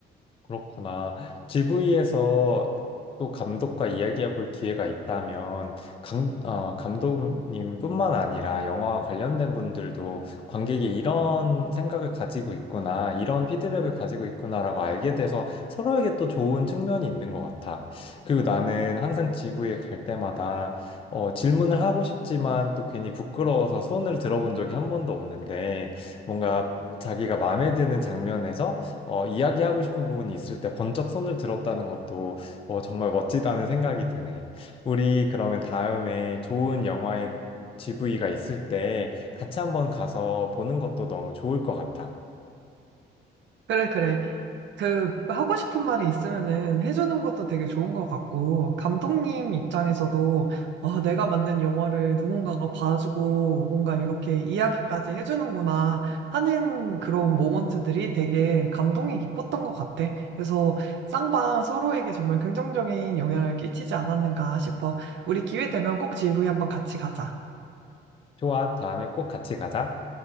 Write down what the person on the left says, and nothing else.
그렇구나. GV에서 또 감독과 이야기해 볼 기회가 있다면, 감, 어, 감독님뿐만 아니라 영화와 관련된 분들도 관객이 이런 생각을 가지고 있구나, 이런 피드백을 가지고 있구나라고 알게 돼서 서로에게 또 좋은 측면이 있는 것 같아. 그리고 나는 항상 GV에 갈 때마다 어, 질문을 하고 싶지만 또 괜히 부끄러워서 손을 들어본 적이 한 번도 없는데, 뭔가 자기가 마음에 드는 장면에서 어, 이야기하고 싶은 부분이 있을 때 번쩍 손을 들었다는 것도 어, 정말 멋지다는 생각이 드네. 우리 그러면 다음에 좋은 영화의 GV가 있을 때 같이 한번 가서 보는 것도 너무 좋을 것 같아.
좋아, 다음에 꼭 같이 가자.